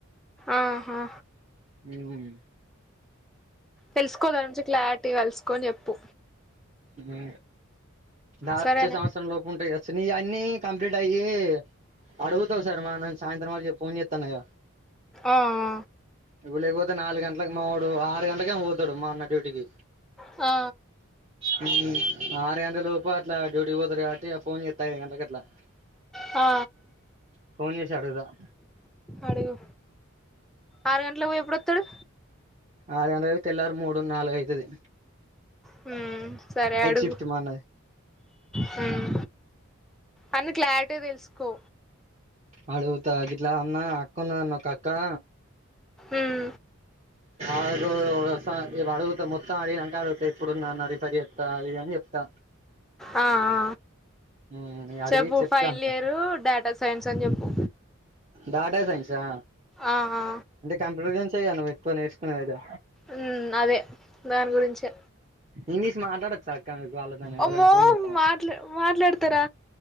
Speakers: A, in the centre; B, on the right.
A: ఆహా
B: హ్మ్
A: తెలుసుకో దాని గురించి క్లారిటీ అలుసుకోని చెప్పు
B: హ్మ్ దాచ్చే
A: సరేనా
B: సంవత్సరం లోపు ఉంటాయిగా సో నీయి అన్నీ కంప్లీట్ అయ్యి అడుగుతా ఒకసారి మా అన్నను సాయంత్రం <unintelligible> ఫోన్ చేత్తాను ఇగ
A: ఆ హా
B: ఇప్పుడు లేకపోతే నాలుగంట్లకు మావోడు ఆరు గంటలకేమో వోతడు మా అన్న డ్యూటీకి
A: హా
B: హ్మ్ ఆరు గంటలలోపు అట్లా డ్యూటీకీ పోతరు కాబట్టి ఫోన్ చేత్తా ఐదు గంట్లకి అట్లా బ్లాంక్
A: ఆ
B: ఫోన్ జేసి అడుగుదాం
A: అడుగు ఆరు గంట్లకి పోయి ఎప్పుడొత్తడు
B: ఆరుగంట్లది తెల్లారు మూడు నాలుగయితది
A: హ్మ్ సరే అడుగు
B: షిఫ్ట్ మా అన్నది
A: హ్మ్ అన్ని క్లారిటీగా తెలుసుకో
B: అడుగుత గిట్లా అన్నా అక్కున్నదన్న ఒక అక్కా
A: ఉమ్
B: ఆగు ఒక సా ఇవడుగుత మొత్తం అడిగినంక అడుగుత ఇప్పుడుందన్న రిఫర్ జెత్త అది ఇది అని జెప్తా
A: ఆ ఆ
B: ఉమ్ అడిగి
A: చెప్పు
B: చెప్తా
A: ఫైనల్
B: అనుకో
A: ఇయరు డేటా సైన్స్ అని జెప్పు
B: డాటా సైన్సా
A: ఆ ఆ
B: అంటే కంప్యూటర్ సైన్సేగద నువు ఎక్కువ నేర్సుకున్నదైతే
A: ఉమ్ అదే దాని గురించే
B: ఇంగ్లీష్ మాట్లాడొచ్చాక్ క్క మీకు వాళ్ళతోని ఎవలన్నా
A: అమ్మో
B: ఫోన్ చేత్తమా
A: మాట్ల మాట్లాడతారా